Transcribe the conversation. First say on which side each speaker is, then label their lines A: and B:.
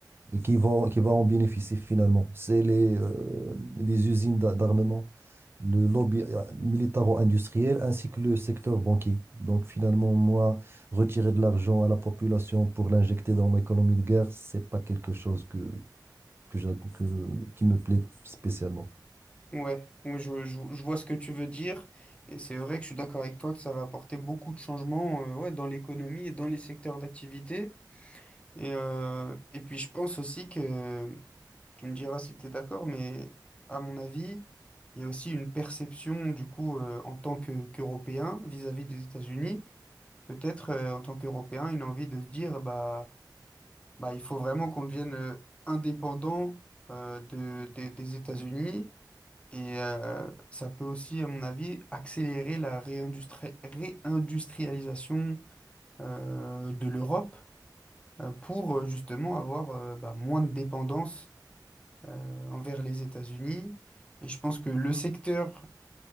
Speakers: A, on the right; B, on the left.
A: Et qui vont, qui va en bénéficier finalement? C'est les, euh, les usines d'a- d'armement le lobby euh, militaro-industriel ainsi que le secteur banquier. Donc finalement, moi, retirer de l'argent à la population pour l'injecter dans l'économie de guerre, c'est pas quelque chose que, que, j'a- que- qui me plaît spécialement.
B: Ouais, Oui, je, je- je vois ce que tu veux dire et c'est vrai que je suis d'accord avec toi que ça va apporter beaucoup de changements euh, ouais, dans l'économie et dans les secteurs d'activité. Et, euh, et puis je pense aussi que, tu me diras si tu es d'accord, mais à mon avis, il y a aussi une perception du coup euh, en tant que, qu'Européen vis-à-vis des États-Unis, peut-être euh, en tant qu'Européen, une envie de se dire bah, bah il faut vraiment qu'on devienne euh, indépendant euh, de, des des États-Unis et euh, ça peut aussi, à mon avis, accélérer la réindustri- réindustrialisation euh, de l'Europe euh, pour euh, justement avoir euh, bah, moins de dépendance euh, envers les États-Unis. Et je pense que le secteur